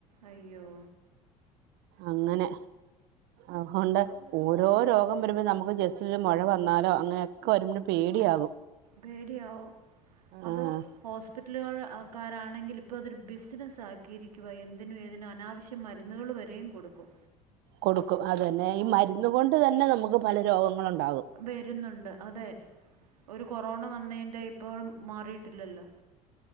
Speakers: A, on the right (about 80°); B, on the right (about 60°).
A: അയ്യോ
B: അങ്ങനെ ആഹൊണ്ട് ഓരോ രോഗം വരുമ്പോ നമുക്ക് ജസ്റ്റ് ഒരു മഴ വന്നാലോ അങ്ങനെയൊക്കെ വരുമ്പോ ഒരു പേടിയാകും
A: പേടിയാവും അതോ
B: ആഹ്
A: ഹോസ്പിറ്റലുകൾ ആക്കാരാണെങ്കിൽ ഇപ്പ അതൊരു ബിസിനസ്സ് ആക്കിയിരിക്കുവാ എന്തിനും ഏതിനും അനാവശ്യമായി മരുന്ന് മരുന്നുകൾ വരെയും കൊടുക്കും
B: കൊടുക്കും അതു തന്നെ ഈ മരുന്നു കൊണ്ട് തന്നെ നമുക്ക് പല രോഗങ്ങളുണ്ടാകും
A: വരുന്നുണ്ട് അതെ ഒരു കൊറോണ വന്നതിൻ്റെ ഇപ്പോഴും മാറിയിട്ടില്ലല്ലോ